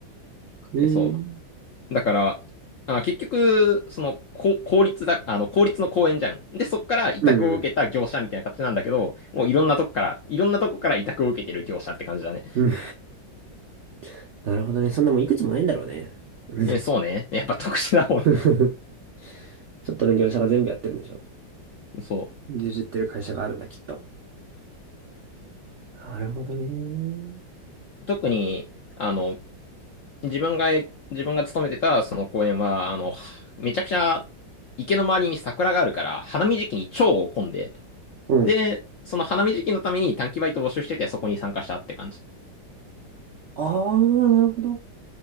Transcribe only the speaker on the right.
ええ
うんうん。
うん。<laughs> なるほどね。そんなもういくつもないんだろうね。うん
<laughs> ちょっとの業者が全部やってるんでしょ。
牛耳ってる会社があるんだ、きっと。なるほどね。
うん。
ああ、なるほど。